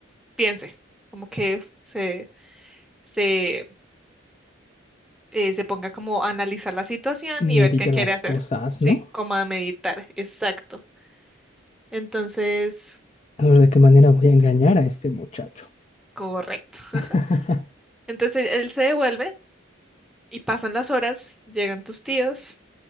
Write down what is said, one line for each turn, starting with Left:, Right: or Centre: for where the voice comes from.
Centre: piense, como que se, se eh, se ponga como a analizar la situación
Left: Medita
Centre: y ver qué quiere
Left: las
Centre: hacer.
Left: cosas,
Centre: Sí,
Left: ¿no?
Centre: como a meditar, exacto. Entonces,
Left: A ver de qué manera voy a engañar a este muchacho.
Centre: correcto.
Left: <laughs>
Centre: Entonces él se devuelve y pasan las horas, llegan tus tíos,